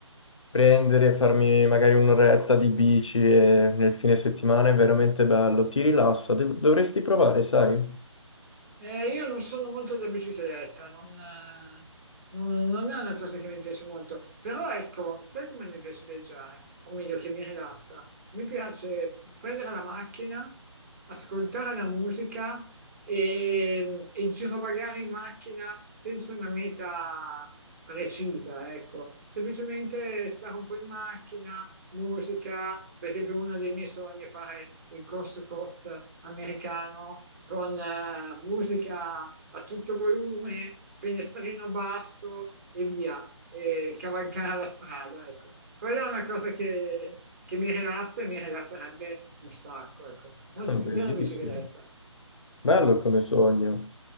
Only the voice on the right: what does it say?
Eh, io non sono molto da bicicletta, non, eh, non- non è una cosa che mi piace molto. Però ecco, sai come mi piace viaggiare? O meglio, che mi rilassa? Mi piace prendere la macchina, ascoltare la musica e, e girovagare in macchina senza una meta precisa, ecco. Semplicemente stare un po' in macchina, musica, per esempio uno dei miei sogni è fare il coast to coast americano con eh, musica a tutto volume, finestrino basso e via, e cavalcare la strada, ecco. Quella è una cosa che, che mi rilassa e mi rilasserebbe un sacco, ecco, molto
più che la bicicletta.